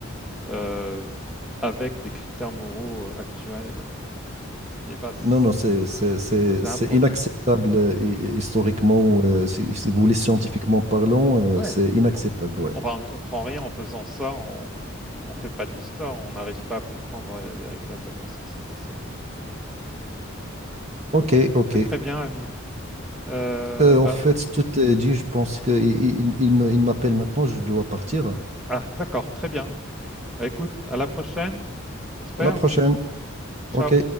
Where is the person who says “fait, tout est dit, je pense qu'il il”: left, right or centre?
Right